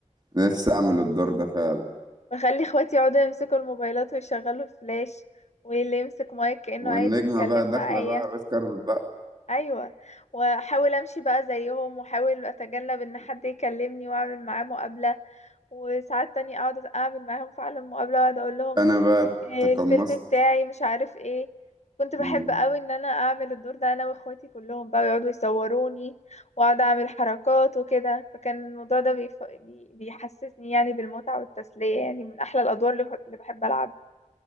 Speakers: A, on the right; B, on the left.
A: نفسي اعمل الدور ده فعلا
B: بخلي اخواتي يقعدوا يمسكوا الموبايلات ويشغلوا الفلاش واللي يمسك مايك كأنه
A: والنجمة
B: عايز يتكلم
A: بقى داخلة
B: معايا
A: بقى على الريد كاربت بقى
B: ايوه واحاول امشي بقى زيهم واحاول اتجنب ان حد يكلمني واعمل معاه مقابله وساعات تانية اقعد اعمل معاهم فعلا مقابله واقعد اقول لهم
A: انا بقى
B: إيه
A: تقمصت
B: الفيلم بتاعي مش عارف ايه كنت بحب
A: مم.
B: قوي ان انا اعمل الدور ده انا واخواتي كلهم بقى يقعدوا يصوروني واقعد اعمل حركات وكده فكان الموضوع ده بيف... بي... بيحسسني يعني بالمتعة والتسلية يعني من احلى الادوار اللي, اللي بحب العبها